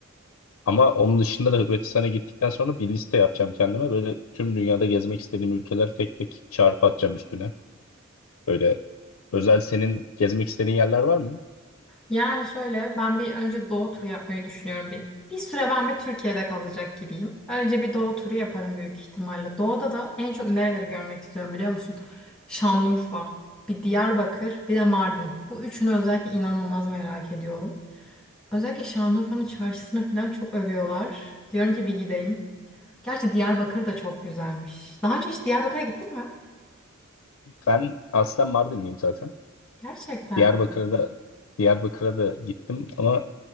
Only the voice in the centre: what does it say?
Yani şöyle ben bir önce doğu turu yapmayı düşünüyorum. Bir, bir süre ben bir Türkiye'de kalacak gibiyim. Önce bir doğu turu yaparım büyük ihtimalle. Doğuda da en çok nereleri görmek istiyorum biliyor musun? Şanlıurfa, bir Diyarbakır, bir de Mardin. Bu üçünü özellikle inanılmaz merak ediyorum. Özellikle Şanlıurfa'nın çarşısını falan çok övüyorlar. Diyorum ki bir gideyim. Gerçi Diyarbakır da çok güzelmiş. Daha önce hiç Diyarbakır'a gittin mi?
Gerçekten.